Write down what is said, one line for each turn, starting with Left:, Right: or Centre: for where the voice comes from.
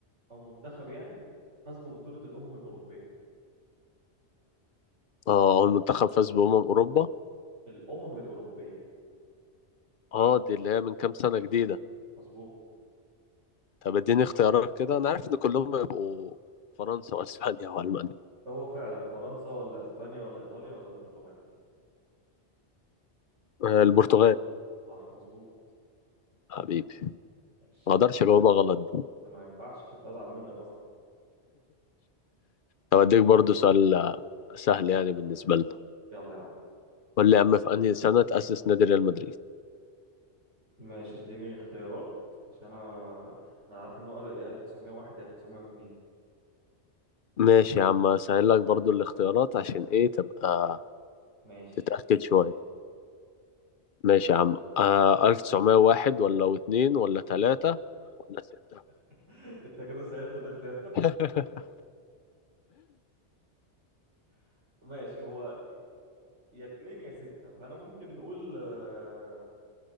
Right: او منتخب يعني فاز ببطوله الامم الاوروبيه
Left: اه اول منتخب فاز بأمم اوروبا
Right: الامم الاوروبيه
Left: اه دي اللي هي من كام سنة جديدة
Right: مظبوط
Left: طب اديني اختيارات كده انا عارف ان كلهم يبقوا فرنسا واسبانيا والمانيا
Right: هو فعلا فرنسا ولا اسبانيا ولا ايطاليا ولا البرتغال
Left: آه، البرتغال
Right: صح مظبوط
Left: حبيبي
Right: ماشي
Left: ما اقدرش اجاوبها غلط دي
Right: ده ما ينفعش كنت ازعل منك اصلا
Left: طب اديك برضو سؤال آه، سهل يعني بالنسبة لنا
Right: يلا يا عم
Left: قول لي يا عم في انهي سنة تأسس نادي ريال مدريد
Right: ماشي اديني اختيارات عشان انا انا عارف انه قال يا 1901 يا 1902
Left: ماشي يا عم هسهل لك برضو الاختيارات عشان ايه تبقى
Right: ماشي
Left: تتأكد شوية ماشي يا عم آه 1901 ولا واتنين ولا تلاتة ولا ستة
Right: <laughs> انت كده سهلت الاختيار
Left: <laughs>
Right: <laughs> ماشي هو يا اتنين يا ستة فانا ممكن نقول آه...